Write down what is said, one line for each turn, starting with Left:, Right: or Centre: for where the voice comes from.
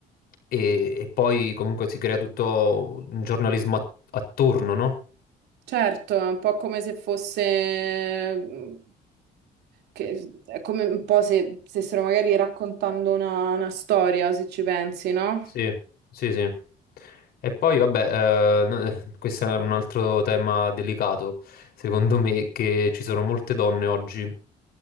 Left: e, e poi comunque si crea tutto un giornalismo at- attorno, no?
Right: certo, è un po' come se fosse... mm, Che, è come un po' se stessero magari raccontando una, una storia, se ci pensi, no?
Left: Sì, sì, sì. E poi, vabbè, eh, no- <laughs> questo è un altro tema delicato, secondo me, che ci sono molte donne oggi